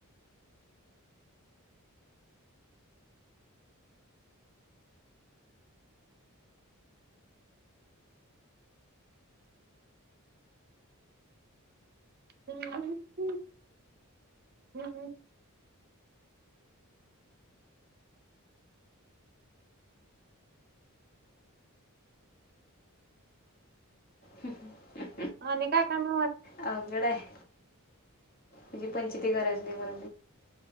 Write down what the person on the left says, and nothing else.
हम्
अवघड आहे तुझे पंचायती करायची नाही मला